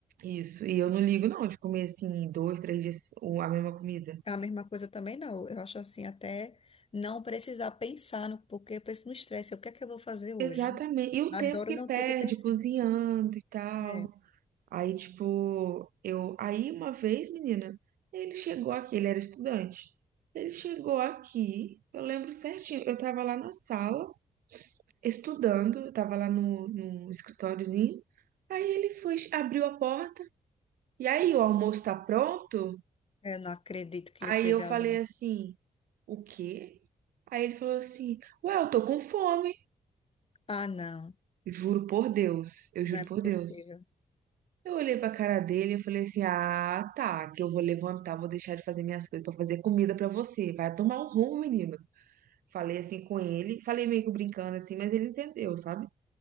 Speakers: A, on the right; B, on the left.
A: Isso, e eu não ligo não de comer assim dois, três dias o- a mesma comida.
B: A mesma coisa também não. Eu acho assim, até não precisar pensar no porque eu penso no estresse. O que é que eu vou fazer hoje?
A: Exatamente. E o
B: Adoro
A: tempo que
B: não
A: perde
B: ter que pensar.
A: cozinhando e tal.
B: É,
A: Aí, tipo, eu. Aí, uma vez, menina, ele chegou aqui, ele era estudante. Ele chegou aqui, eu lembro certinho. Eu tava lá na sala, estudando, eu tava lá no, no escritóriozinho. Aí ele foi, abriu a porta. E aí, o almoço tá pronto?
B: é, eu não acredito que
A: Aí
B: ele teve
A: eu falei
B: aula.
A: assim. O quê? Aí ele falou assim: Ué, eu tô com fome.
B: Ah, não,
A: Juro por Deus, eu
B: não
A: juro
B: é
A: por
B: possível.
A: Deus. Eu olhei pra cara dele e falei assim: Ah, tá, que eu vou levantar, vou deixar de fazer minhas coisas pra fazer comida pra você. Vai tomar um rumo, menino. Falei assim com ele, falei meio que brincando assim, mas ele entendeu, sabe?